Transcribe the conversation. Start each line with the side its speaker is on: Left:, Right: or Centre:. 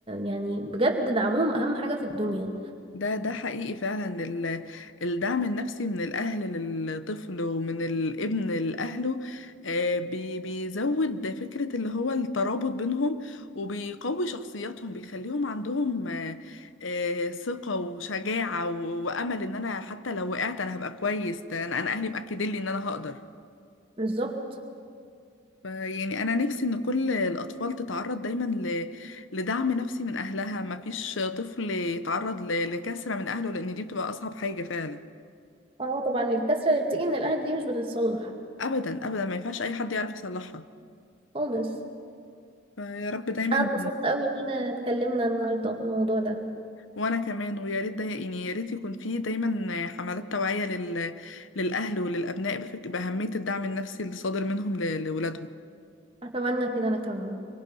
Right: يعني بجد دعمهم أهم حاجة في الدنيا
Left: ده ده حقيقي فعلا ال- الدعم النفسي من الأهل للطفل ومن الابن لأهله آه، بي- بيزود فكرة اللي هو الترابط بينهم وبيقوي شخصياتهم بيخليهم عندهم آه، آه، ثقة وشجاعة و- وأمل إن أنا حتى لو وقعت أنا هبقى كويس ده أنا أنا أهلي مأكدين لي إن أنا هقدر
Right: بالظبط
Left: ف- يعني انا نفسي ان كل الاطفال تتعرض دايما ل... لدعم نفسي من اهلها ما فيش طفل يتعرض ل... لكسرة من اهله لان دي بتبقى اصعب حاجة فعلا
Right: اه طبعا الكسرة اللي بتيجي من الأهل دي مش بتتصلح
Left: ابدا ابدا ما ينفعش اي حد يعرف يصلحها
Right: خالص
Left: فيا رب دايما
Right: انا اتبسطت قوي اننا اتكلمنا النهارده في الموضوع ده
Left: وانا كمان ويا ريت داي... يعني يا ريت يكون في دايما حملات توعية لل... للاهل وللابناء بفك... باهمية الدعم النفسي الصادر منهم ل... لولادهم
Right: اتمنى كده انا كمان